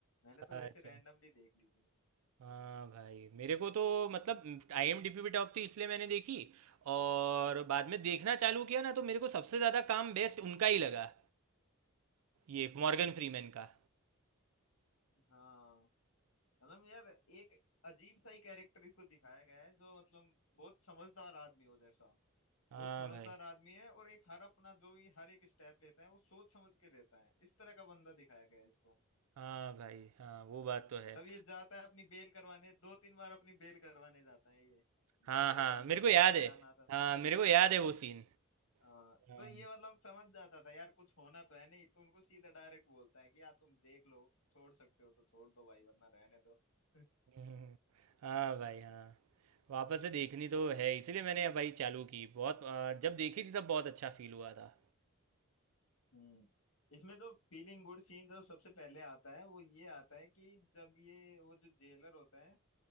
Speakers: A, on the left; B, on the right.
A: मैंने तो
B: अच्छा
A: वैसे रैंडमली देख ली थी
B: हाँ भाई मेरे को तो मतलब आईएमडीबी पे टॉप थी इसलिए मैंने देखी और बाद में देखना चालू किया ना तो मेरे को सबसे ज़्यादा काम बेस्ट उनका ही लगा ये मॉर्गन फ्रीमैन का
A: हाँ मतलब यार एक अजीब सा ही कैरेक्टर इसको दिखाया गया है जो मतलब बहुत समझदार आदमी हो जैसा
B: हाँ
A: बहुत समझदार
B: भाई
A: आदमी है और एक हर अपना जो भी हर एक स्टेप लेता है वो सोच समझ के लेता है इस तरह का बंदा दिखाया गया है इसको
B: हाँ भाई हाँ वो बात तो है
A: जब ये जाता है अपनी बेल करवाने दो तीन बार अपनी बेल करवाने जाता है ये
B: हाँ
A: दस दस
B: हाँ
A: साल
B: मेरे
A: में जो
B: को याद
A: इसका टर्न
B: है
A: आता था
B: हाँ
A: ना
B: मेरे को याद है वो सीन
A: आ,
B: हाँ
A: तो ये मतलब समझ जाता था यार कुछ होना तो है नहीं तो उनको सीधा डायरेक्ट बोलता है कि यार तुम देख लो छोड़ सकते हो तो छोड़ दो भाई वरना रहने दो <laughs>
B: हम्म, हाँ भाई हाँ वापस से देखनी तो है इसीलिए मैंने भाई चालू की बहुत अ, जब देखी थी तब बहुत अच्छा फील हुआ था
A: हम्म इसमें जो फीलिंग गुड सीन जो सबसे पहले आता है वो ये आता है कि जब ये वो जो जेलर होता है